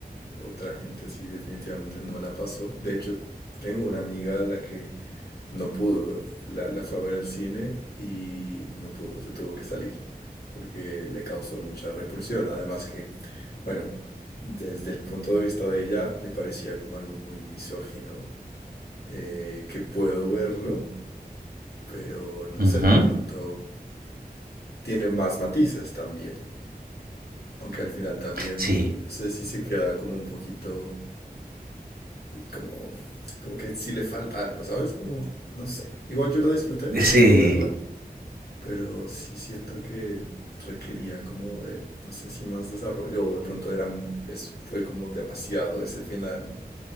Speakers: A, on the left; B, on the right.
A: otra gente sí definitivamente no la pasó. De hecho, tengo una amiga a la que no pudo, la, la fue a ver al cine y no pudo, se tuvo que salir porque le causó mucha repulsión. Además que, bueno, desde el punto de vista de ella, le parecía como algo muy misógino eh, que puedo verlo, pero no
B: Ujú.
A: sé, de pronto tiene más matices también, aunque al final también,
B: Sí,
A: no sé si se queda como un poquito, como, como que si le falta algo, ¿sabes? Como, no sé. Igual yo la disfruté, me
B: sí.
A: gustó verla, pero sí siento que requería como de, no sé si más desarrollo o de pronto era, es, fue como demasiado ese final,